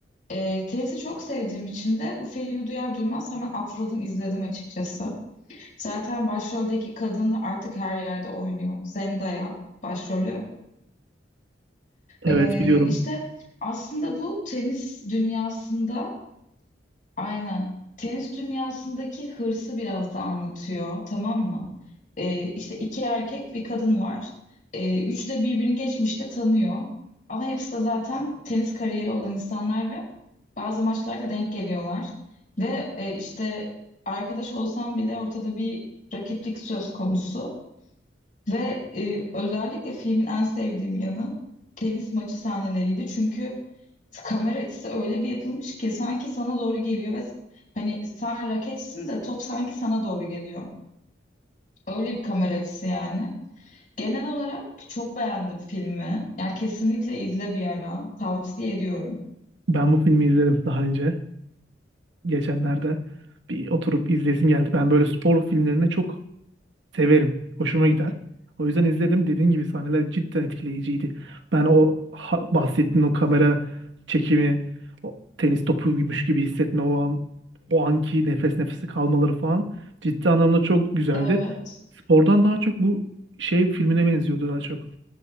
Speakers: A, on the left; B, on the right.
A: Ee, tenisi çok sevdiğim için de bu filmi duyar duymaz hemen atladım izledim açıkçası. Zaten başroldeki kadın artık her yerde oynuyor. Zendaya başrolü.
B: Evet
A: Ee,
B: biliyorum.
A: işte aslında bu tenis dünyasında Aynen. Tenis dünyasındaki hırsı biraz da anlatıyor, tamam mı? Ee, işte iki erkek bir kadın var. Ee, üçü de birbirini geçmişte tanıyor. Ama hepsi de zaten tenis kariyeri olan insanlar ve bazı maçlarda denk geliyorlar. Ve e, işte arkadaş olsam bile ortada bir rakiplik söz konusu. Ve e, özellikle filmin en sevdiğim yanı tenis maçı sahneleriydi. Çünkü kamera açısı öyle bir yapılmış ki sanki sana doğru geliyor ve hani sen raketsin de top sanki sana doğru geliyor. Öyle bir kamera açısı yani. Genel olarak çok beğendim filmi. Yani kesinlikle izle bir ara. Tavsiye ediyorum.
B: Ben bu filmi izledim daha önce. Geçenlerde bir oturup izlesim geldi. Ben böyle spor filmlerini çok severim. Hoşuma gider. O yüzden izledim. Dediğin gibi sahneler cidden etkileyiciydi. Ben o ha- bahsettiğin o kamera çekimi, o tenis topuymuş gibi hissetme o an, o anki nefes nefese kalmaları falan ciddi anlamda çok güzeldi.
A: Evet.
B: Spordan daha çok bu şey filmine benziyordu daha çok.